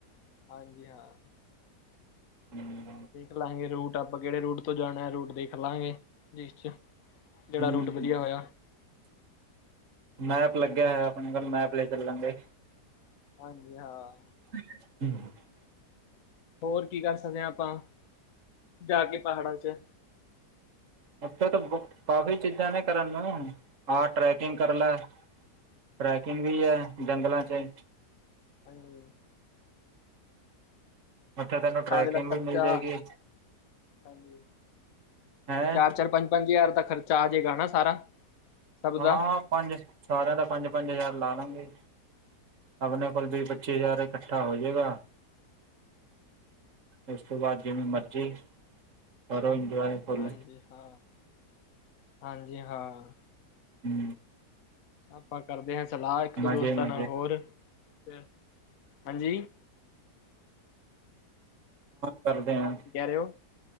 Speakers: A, on the left; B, on the right.
A: ਹਾਂਜੀ ਹਾਂ।
B: ਹੂੰ
A: ਖ ਲਾਂਗੇ ਰੂਟ ਆਪਾਂ ਕਿਹੜੇ ਰੂਟ ਤੋਂ ਜਾਣਾ ਰੂਟ ਦੇਖ ਲਾਂਗੇ ਜਿਸ ਚ ਜਿਹੜਾ
B: ਹੂੰ,
A: ਰੂਟ ਵਧੀਆ ਹੋਇਆ
B: ਮੈਪ ਲੱਗਿਆ ਹੋਇਆ ਆਪਣੇ ਕੋਲ ਮੈਪ ਲੈ ਚੱਲਾਂਗੇ।
A: ਹਾਂਜੀ ਹਾਂ।
B: <unintelligible>
A: ਹੋਰ ਕੀ ਕਰ ਸਕਦੇ ਆ ਆਪਾਂ ਜਾ ਕੇ ਪਹਾੜਾਂ ਚ?
B: ਉੱਥੇ ਤਾਂ ਕਾਫੀ ਚੀਜ਼ਾਂ ਨੇ ਕਰਨ ਨੂੰ ਆਹ ਟਰੈਕਿੰਗ ਕਰ ਲੈ। ਟਰੈਕਿੰਗ ਵੀ ਐ ਜੰਗਲਾਂ ਚ।
A: ਹਾਂਜੀ
B: ਓਥੇ ਤੈਨੂੰ ਟਰੈਕਿੰਗ
A: ਸਾਰੇ ਦਾ ਖਰਚਾ
B: ਵੀ ਮਿਲ ਜਾਏਗੀ।
A: ਹਾਂਜੀ,
B: ਹੈਂ
A: ਚਾਰ-ਚਾਰ ਪੰਜ-ਪੰਜ ਹਜ਼ਾਰ ਦਾ ਖਰਚਾ ਆ ਜਏਗਾ ਨਾ ਸਾਰਾ। ਸਭ
B: ਹਾਂ
A: ਦਾ
B: ਪੰਜ ਸਾਰਿਆਂ ਦਾ ਪੰਜ-ਪੰਜ ਹਜ਼ਾਰ ਲਾ ਲਾਂਗੇ। ਆਪਣੇ ਕੋਲ ਵੀਹ ਪੱਚੀ ਹਜ਼ਾਰ ਇਕੱਠਾ ਹੋ ਜਏਗਾ। ਉਸ ਤੋਂ ਬਾਅਦ ਜਿਵੇਂ ਮਰਜ਼ੀ ਕਰੋ ਇੰਜੋਏ। ਫੁੱਲ
A: ਹਾਂਜੀ ਹਾਂ-ਹਾਂਜੀ ਹਾਂ।
B: ਹੂੰ
A: ਆਪਾਂ ਕਰਦੇ ਹਾਂ ਸਲਾਹ ਇੱਕ ਦੋ
B: ਮਜ਼ੇ
A: ਦੋਸਤਾਂ
B: ਮਜ਼ੇ
A: ਨਾਲ ਹੋਰ ਫ ਹਾਂਜੀ
B: ਕਰਦੇ ਆ
A: ਕੀ ਕਿਅ ਓ?